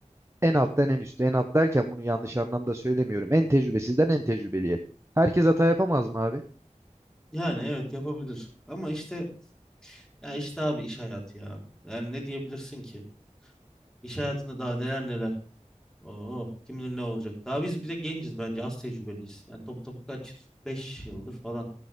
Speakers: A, on the right (about 20°); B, in the centre.
A: en alttan en üste en alt derken bunu yanlış anlamda söylemiyorum. En tecrübesizden en tecrübeliye. Herkes hata yapamaz mı abi?
B: Yani evet yapabilir ama işte ya işte abi iş hayatı ya. Yani ne diyebilirsin ki? İş hayatında daha neler neler. Oo, kim bilir ne olacak. Daha biz bir de genciz bence az tecrübeliyiz. Yani topu topu kaç yıl? 5 yıldır falan